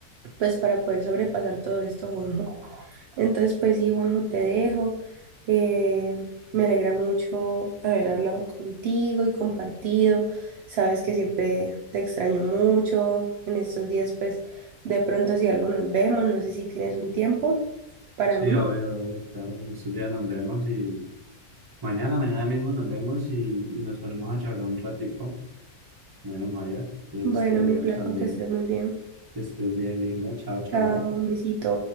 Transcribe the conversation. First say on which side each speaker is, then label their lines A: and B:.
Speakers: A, on the right; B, on the right.
A: pues para poder sobrepasar todo esto, <laughs> Juanjo. Entonces, pues sí, Juanjo, te dejo. Eh, me alegra mucho haber hablado contigo y compartido. Sabes que siempre te extraño mucho. En estos días, pues de pronto si algo nos vemos, no sé si tienes un tiempo para
B: Sí,
A: mí.
B: obvio, obvio, claro, en estos días nos vemos y mañana, mañana mismo nos vemos y, y nos ponemos a charlar un ratico. Bueno, Maya, pues
A: Bueno,
B: te dejo
A: mi flaco,
B: también.
A: que estés muy bien.
B: Que estés bien, linda. Chao, chao.
A: Chao, un besito.